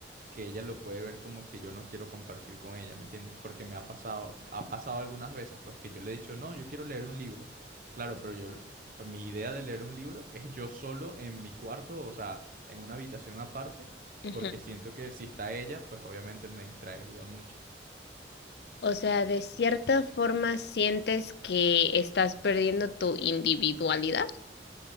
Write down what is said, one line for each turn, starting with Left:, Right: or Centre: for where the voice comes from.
Right: que ella lo puede ver como que yo no quiero compartir con ella, ¿me entiendes? Porque me ha pasado, ha pasado algunas veces, pues que yo le he dicho, no, yo quiero leer un libro. Claro, pero yo, pues, mi idea de leer un libro es yo solo en mi cuarto, o sea, en una habitación aparte,
Left: ajá.
Right: porque siento que si está ella, pues obviamente me distraería mucho.
Left: O sea, de cierta forma sientes que estás perdiendo tu individualidad.